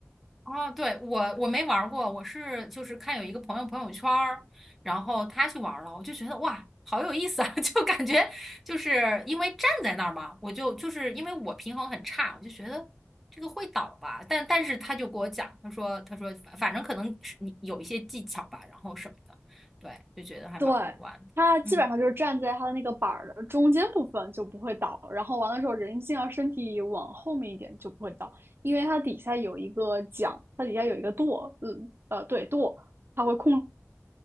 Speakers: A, in the centre; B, on the right.
A: 哦，对，我我没玩儿过，我是就是看有一个朋友朋友圈儿，然后他去玩儿了，我就觉得哇，好有意思啊，<laughs> 就感觉就是因为站在那儿嘛，我就就是因为我平衡很差，我就觉得这个会倒吧，但但是他就给我讲，他说他说反反正可能是你有一些技巧吧，然后什么的，对，就觉得还蛮好玩的。
B: 对，它基本上就是站在它的那个板儿的中间部分就不会倒，
A: 嗯，
B: 然后完了之后人尽量身体往后面一点就不会倒，因为它底下有一个桨，它底下有一个舵，嗯呃对舵，它会控